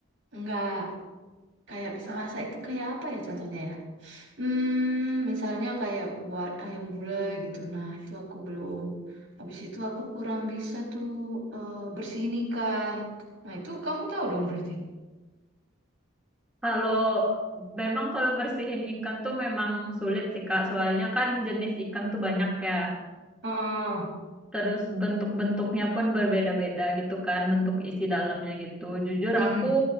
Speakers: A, on the right (about 75°); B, in the centre.
A: enggak kayak bisa masak itu kayak apa ya contohnya ya? Hmm, misalnya kayak buat ayam gulai gitu. Nah, itu aku belum. Habis itu aku kurang bisa tuh eh, bersihin ikan. Nah, itu kamu tahu dong berarti.
B: Kalau memang kalau bersihin ikan tuh memang sulit sih Kak, soalnya kan jenis ikan tuh banyak ya.
A: Oh,
B: Terus bentuk-bentuknya pun berbeda-beda gitu kan, bentuk isi dalamnya gitu. Jujur
A: mm-mm.
B: aku